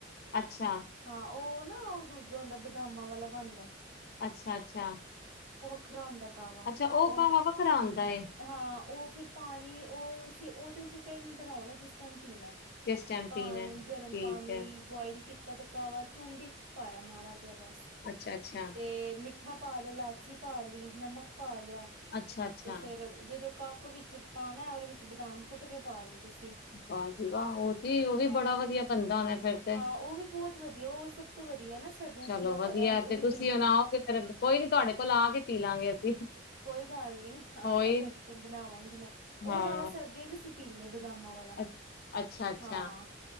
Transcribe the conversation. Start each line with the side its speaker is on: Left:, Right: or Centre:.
Left: ਅੱਛਾ
Right: ਹਾਂ ਉਹ ਨਾ ਉਹ ਦੂਜਾ ਹੁੰਦਾ ਬਦਾਮਾਂ ਵਾਲਾ ਬਣਦਾ।
Left: ਅੱਛਾ ਅੱਛਾ।
Right: ਵੱਖਰ ਹੁੰਦਾ। ਵਾ
Left: ਅੱਛਾ
Right: ਉਹ
Left: ਕਾਹਵਾ ਵੱਖਰਾ ਆਉਂਦਾ ਏ
Right: ਹਾਂ ਉਹ ਫਿਰ ਪਾਣੀ ਉਹ ਉਹ ਤੇ ਉਸ ਟਾਈਮਬਣਾਉਣਾ ਜਿਸ ਟਾਈਮ ਪੀਣਾ
Left: ਜਿਸ ਟਾਈਮ
Right: ਪਾਣੀ
Left: ਪੀਣਾ
Right: ਗਰਮ
Left: ਠੀਕ
Right: ਪਾਣੀ
Left: ਹੈ
Right: ਬੋਆਇਲ ਕੀਤਾ। ਬ ਤੇ ਕਾਵਾ ਚੁੰਡੀ ਪਾਇਆ ਮਾੜਾ ਬਸ
Left: ਅੱਛਾ ਅੱਛਾ
Right: ਤੇ ਮਿੱ। ਮਿੱਠਾ ਪਾ ਲ ਇਲਾਚੀ ਪਾ ਲਈ ਨਮਕ ਪਾ ਲ
Left: ਅੱਛਾ ਅੱਛਾ
Right: ਤੇ ਫੇਰ ਜਦੋਂ ਕੱਪ ਵਿੱਚ ਪਾਉਣਾ ਉਹਦੇ ਵਿੱਚ ਬਦਾਮ ਕੁੱਟ ਉੱਟ ਪਾ ਲੀ। ਤੁਸੀਂ,
Left: ਵਾਹ ਜੀ ਵਾਹ ਉਹ ਤੇ ਉਹ ਵੀ
Right: ਹਾਂ-ਹਾਂ।
Left: ਬੜਾ ਵਧੀਆ ਬਣਦਾ ਹੋਣਾ ਫੇਰ ਤੇ
Right: ਉਹ ਵੀ ਬਹੁਤ ਵਧੀਆ। ਉਹ ਸਭ ਤੋਂ ਵਧੀਆ ਨਾ ਸਰਦੀਆਂ
Left: ਚਲੋ
Right: ਚ ਜ਼ਿਆਦਾ
Left: ਵਧੀਆ
Right: ਉਹ
Left: ਤੇ
Right: ਵੀ
Left: ਤੁਸੀਂ
Right: ਪੀਂਦੇ
Left: ਹੁਣ
Right: ਆ।
Left: ਆਓਗੇ ਫੇਰ ਕੋਈ ਨੀ ਤੁਹਾਡੇ ਕੋਲ ਆ ਕੇ ਪੀ ਲਾਂਗੇ ਅਸੀਂ
Right: ਕੋਈ ਗੱਲ ਨੀ ਆ,
Left: ਹੋਈ
Right: ਨਾ ਫਿਰ ਬਣਾਵਾਂਗੀ ਮੈਂ ਉਹ
Left: ਹਾਂ
Right: ਜ਼ਿਆਦਾ ਸਰਦੀਆਂ ਚ- <unintelligible> ਬਦਾਮਾ ਵਾਲਾ
Left: ਅੱਛਾ-ਅੱਛਾ
Right: ਹਾਂ।